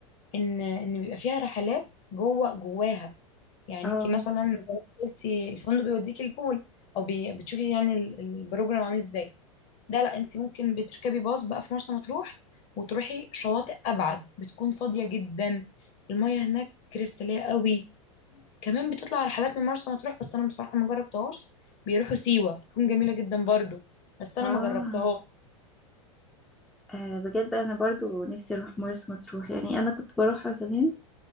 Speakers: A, on the left; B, in the centre.
A: ان ان بيبقى فيها رحلات جوه جواها يعني
B: اه
A: انت مثلا قلتي الفندق بيوديكي البول او بي بتشوفي يعني ال- البروجرام عامل ازاي ده لا انت ممكن بتركبي باص بقى في مرسى مطروح وتروحي شواطئ ابعد بتكون فاضيه جدا المياه هناك كريستاليه قوي كمان بتطلع رحلات من مرسى مطروح بس انا بصراحه ما جربتهاش بيروحوا سيوه بتكون جميله جدا برضو بس انا
B: آه.
A: ما جربتهاش
B: آه بجد أنا برضو نفسي أروح مرسى مطروح يعني أنا كنت بروحها زمان